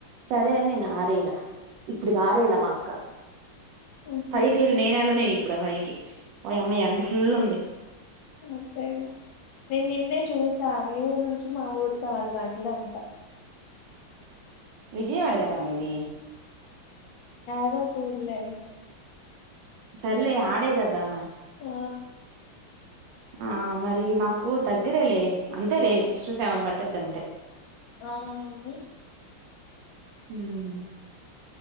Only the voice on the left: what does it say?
ఆహా
అంతే ఇగ నేను నిన్నే చూసా మీ ఊరు నుంచి మా ఊరికి ఆరు గంటలు అంటా
కాదు కూడలే
ఆ
ఆవును అండి